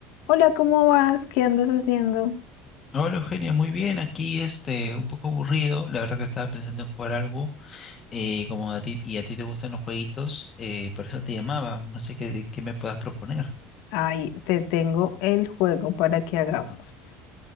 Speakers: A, on the left (about 65°); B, on the left (about 20°).
A: Hola, ¿cómo vas? ¿Qué andas haciendo?
B: Hola Eugenia, muy bien, aquí este, un poco aburrido, la verdad que estaba pensando en jugar algo, eh, como a ti, y a ti te gustan los jueguitos, eh, por eso te llamaba, no sé qué, de qué me puedas proponer.
A: Ay, te tengo el juego para que hagamos.